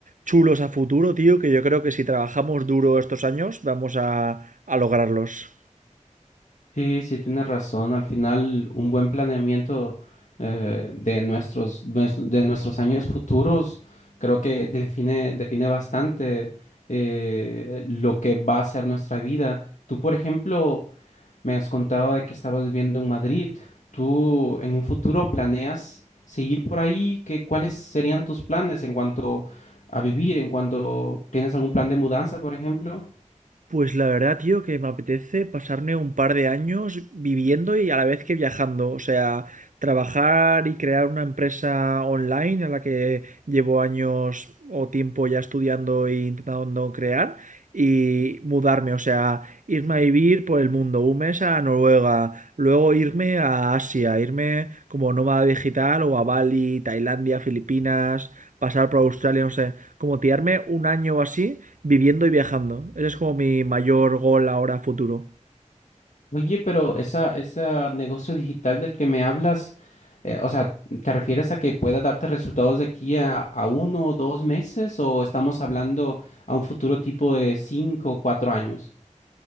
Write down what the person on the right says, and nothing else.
chulos a futuro, tío, que yo creo que si trabajamos duro estos años, vamos a, a lograrlos.
Pues la verdad, tío, que me apetece pasarme un par de años viviendo y a la vez que viajando. O sea, trabajar y crear una empresa online a la que llevo años o tiempo ya estudiando e intentando crear y mudarme, o sea, irme a vivir por el mundo, un mes a Noruega, luego irme a Asia, irme como nómada digital o a Bali, Tailandia, Filipinas, pasar por Australia, no sé, como tirarme un año o así viviendo y viajando. Ese es como mi mayor gol ahora futuro.